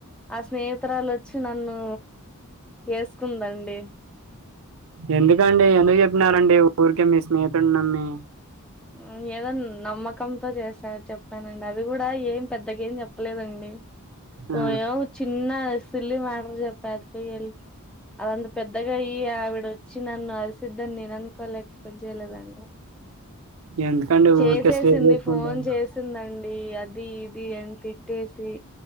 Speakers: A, in the centre; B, on the right.
A: ఆ స్నేహితురాలు చ్ నన్ను వేసుకుందండి
B: ఎందుకండి ఎందుకు చెప్పినార్ అండి ఊరికే మీ స్నేహితుడిని నమ్మి
A: ఆ ఏదో నమ్మకంతో చేసా చెప్తానండి అది కూడా ఏం పెద్దగేమ్ చెప్పలేదండి కొయోవ్
B: ఆ,
A: చిన్నా ఆ సిల్లీ మ్యాటర్ చెప్ప అది పోయి ఎల్ది అదంత పెద్దగా అయ్యి ఆవిడ వచ్చి నన్ను అరిస్ సిధన్ని నేను అనుకోలే ఎక్సపెక్ట్ జెయ్లేదండి
B: ఎందుకండి
A: చేసేసింది
B: ఊరికే స్టే చేసుకుంటారు
A: ఫోన్ చేసిందండి ఈ అదీబ్ ది అని తిట్టేసి